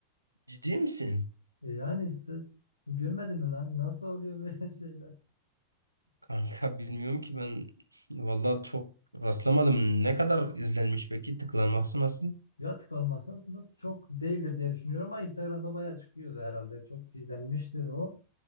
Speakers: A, on the right; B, on the left.
A: Ciddi misin?
B: E yani işte görmedin mi lan nasıl oluyor böyle <laughs> şeyler?
A: Kanka bilmiyorum ki ben vallahi çok rastlamadım. Ne kadar izlenmiş peki? Tıklanması nasıl?
B: Ya tıklanması aslında çok değildir diye düşünüyorum ama Instagram'da bayağı çıkıyordu herhalde. Çok izlenmiştir o.